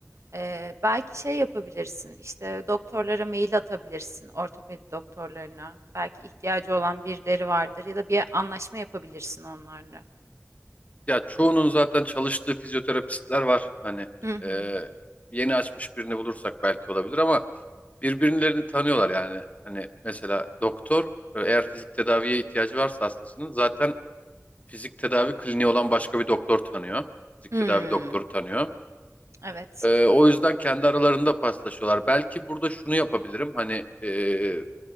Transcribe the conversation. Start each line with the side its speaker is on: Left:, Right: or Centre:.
Right: Ee, belki şey yapabilirsin, işte doktorlara mail atabilirsin, ortopedi doktorlarına. Belki ihtiyacı olan birileri vardır ya da bir anlaşma yapabilirsin onlarla.
Left: Ya çoğunun zaten çalıştığı fizyoterapistler var. Hani
Right: Hı hı.
Left: e, yeni açmış birini bulursak belki olabilir ama birbirlerini tanıyorlar yani. Hani mesela doktor e, eğer fizik tedaviye ihtiyacı varsa hastasının zaten fizik tedavi kliniği olan başka bir doktor tanıyor. Fizik
Right: Hmm,
Left: tedavi doktoru tanıyor.
Right: evet.
Left: Ee, o yüzden kendi aralarında paslaşıyorlar. Belki burada şunu yapabilirim. Hani e,